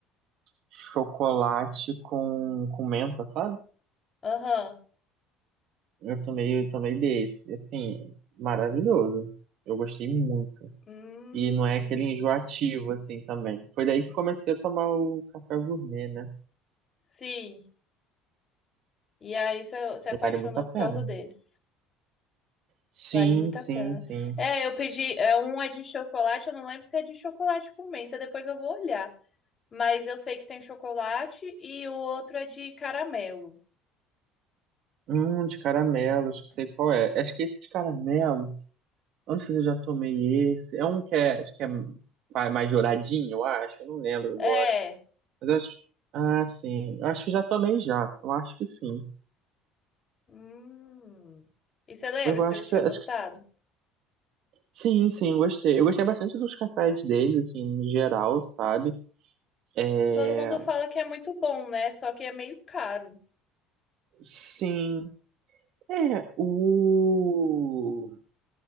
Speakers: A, on the right; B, on the left.
A: chocolate com, com menta, sabe?
B: Aham.
A: Eu tomei, eu tomei desse. Assim, maravilhoso. Eu gostei muito.
B: Hum.
A: E não é aquele enjoativo, assim, também. Foi daí que comecei a tomar o café gourmet, né?
B: Sim. E aí você se apaixonou
A: Vale muito a pena.
B: por causa deles.
A: Sim,
B: Vale muito
A: sim,
B: a pena.
A: sim.
B: É, eu pedi. É, um é de chocolate, eu não lembro se é de chocolate com menta, depois eu vou olhar. Mas eu sei que tem chocolate e o outro é de caramelo.
A: Hum, de caramelo, acho que sei qual é. Acho que esse de caramelo, eu não sei se eu já tomei esse. É um que é, acho que é ma- mais douradinho, eu acho. Eu não lembro agora.
B: É.
A: Mas eu acho. Ah, sim. Eu acho que já tomei já. Eu acho que sim.
B: Hum. E você lembra
A: Eu
B: se
A: acho
B: eu
A: que,
B: tinha
A: se- acho
B: gostado?
A: que se- sim, sim, eu gostei. Eu gostei bastante dos cafés deles, assim, em geral, sabe? É,
B: Todo mundo fala que é muito bom, né? Só que é meio caro.
A: sim. É, o.